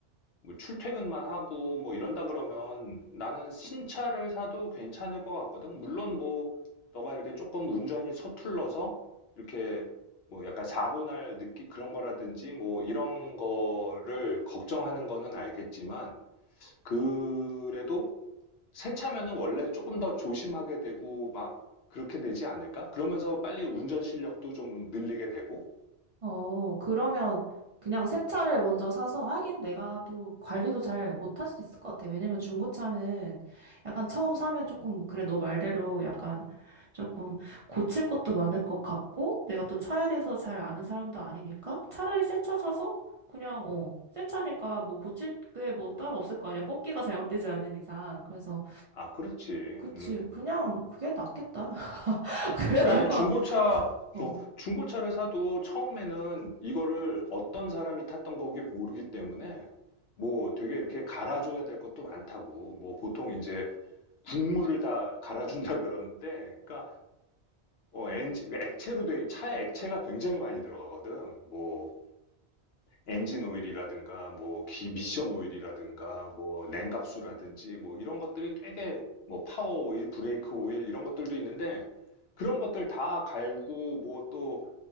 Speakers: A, on the left; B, on the right.
A: 뭐 출퇴근만 하고 뭐 이런다 그러면 나는 신차를 사도 괜찮을 것 같거든. 물론 뭐 너가 이렇게 조금 운전이 서툴러서 이렇게 뭐 약간 사고 날 느끼 그런 거라든지 뭐 이런 거를 걱정하는 거는 알겠지만 그래도 새 차면은 원래 조금 더 조심하게 되고 막 그렇게 되지 않을까? 그러면서 빨리 운전 실력도 좀 늘리게 되고.
B: 어, 그러면 그냥 새 차를 먼저 사서 하긴 내가 또 관리도 잘 못할 수 있을 것 같아. 왜냐면 중고차는 약간 처음 사면 조금, 그래, 너 말대로 약간 조금 고칠 것도 많을 것 같고, 내가 또 차에 대해서 잘 아는 사람도 아니니까 차라리 새 차 사서 그냥, 어, 새 차니까 뭐 고칠 게 뭐 따로 없을 거 아니야. 뽑기가 잘못되지 않은 이상. 그래서
A: 아, 그렇지.
B: 그치.
A: 음.
B: 그냥 그게 낫겠다. <laughs> 그게
A: 그래,
B: 나을 것
A: 중고차,
B: 같아.
A: 어,
B: 어.
A: 중고차를 사도 처음에는 이거를 어떤 사람이 탔던 거기 모르기 때문에 뭐 되게 이렇게 갈아줘야 될 것도 많다고. 뭐 보통 이제 국물을 다 갈아준다 <laughs> 그러는데, 그러니까 어, 엔진, 액체로 된 차에 액체가 굉장히 많이 들어가거든. 뭐 엔진 오일이라든가 뭐 기- 미션 오일이라든가 뭐 냉각수라든지 뭐 이런 것들이 되게 뭐 파워 오일, 브레이크 오일 이런 것들도 있는데 그런 것들 다 갈고 뭐 또